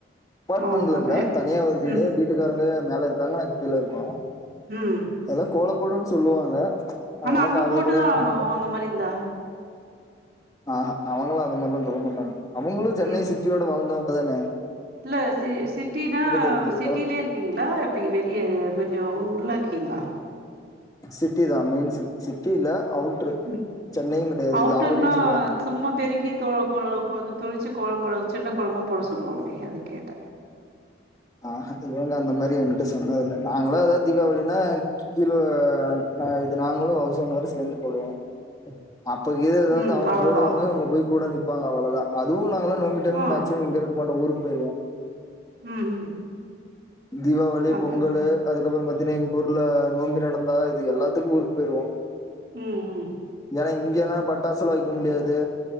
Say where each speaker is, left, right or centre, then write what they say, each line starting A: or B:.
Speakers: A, on the left; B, on the right.
A: அப்பாட்மெண்ட்ல
B: ஆமா
A: இல்ல
B: எ
A: தனியா ஒரு வீடு
B: ம்
A: வீட்டுக்காரங்க மேல இருக்காங்க நா கீழ இருக்கோ
B: ம்
A: அதெல்லா கோல போடுன் சொல்லுவாங்க
B: ஆனா
A: அதெல்லாம்
B: அங்க
A: காதுல
B: போட்டுதா
A: கூட வாங்கிக்க
B: ஆவனு
A: மாட்டேன்
B: அந்த மாரி இருந்தா
A: ஆஹா அவுங்களு அந்த மாரிலா சொல்ல மாட்டாங்க அவுங்களு சென்னை
B: ம்
A: சிட்டியோட வாழ்ந்தவங்க தான
B: இல்ல சி சிட்டினா
A: தெரிஞ்சிருக்கும்
B: சிட்டிலியே இருக்கீங்ளா எப்டி வெளிய கொஞ்சோ உள்ள இருக்கீங்ளா
A: சிட்டி தா மெயின் சிட் சிட்டி இல்ல அவுட்ரு
B: ம்
A: சென்னையும் கெடையாது
B: அவுட்டர்னா
A: இது ஆவடின்னு சொல்லுவாங்க
B: சும்மா பெருக்கி தோ கோ தொளிச்சு கோலம்பு சின்ன கோலமா போட சொல்லுவாங்ளே அது கேட்ட
A: ஆஹா இவங்க அந்த மாரி என்கிட்ட சொன்னதில்ல நாங்ளா எதாவது தீபாவளினா கீழ அ இது நாங்ளு அவுஸோனரு சேந்து போடுவோ அப்பகீது ஏதாவது
B: ம்
A: அவுங்க
B: அவ்ளோதா
A: போடுவங்க இவுங்க போய் கூட நிப்பாங்க அவ்ளதா அதுவு நாங்கல்லா நோம்பி டைம்
B: ஆ
A: மேக்சிமம் இங்க இரு க்க மாட்டோ ஊருக்கு போய்ருவோ
B: ம் ம்
A: தீபாவளி
B: அதா
A: பொங்கலு
B: அதா
A: அதுக்கப்ற பத்தீனா எங்க ஊர்ல நோம்பி நடக் இந்தா இது எல்லாத்துக் ஊருக்கு போய்ருவோ
B: ம் ம்
A: ஏனா இங்கனா பட்டாசுலா வெய்க்க முடியாது